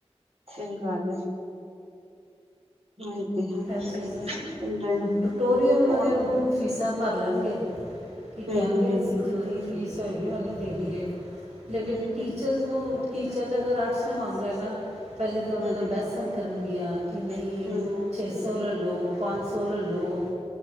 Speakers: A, on the right (about 65°); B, on the right (about 85°).
A: ਸਹੀ ਗੱਲ ਹੈ। ਆਏ ਤੇ ਹੈ
B: ਇਹ ਚੀਜ਼ ਹੈ ਨਾ
A: ਬੰਦੇ ਨੂੰ
B: ਟਟੋਰੀਅਲ ਵਾਲਿਆਂ
A: ਉਹੀ
B: ਨੂੰ ਫੀਸਾਂ ਭਰ ਲੈਣਗੇ ਕੀ
A: ਹੂੰ
B: ਕਹਿਣਗੇ
A: ਹੂੰ ਹੂੰ
B: ਅਸੀਂ ਜਿੰਨੀ ਫੀਸ ਤਾਂ ਹੈਗੀ ਉਹ ਨਹੀਂ ਦੇਣੀ ਹੈ ਲੇਕਿਨ
A: ਹੂੰ
B: ਟੀਚਰਸ ਨੂੰ। ਟੀਚਰ ਨੇ ਅਗਰ ਅੱਠ ਸੌ ਮੰਗ ਰਿਹਾ ਨਾ ਪਹਿਲੇ ਤਾਂ ਉਹਦੇ
A: ਹੂੰ
B: ਨਾਲ ਬਹਿਸਣ ਕਰਨਗੀਆਂ ਕਿ ਨਹੀਂ।
A: ਹੂੰ ਹੂੰ
B: ਛੇ
A: ਹੂੰ
B: ਸੌ। ਲੈ ਲਓ ਪੰਜ ਸੌ ਲੈ ਲਓ।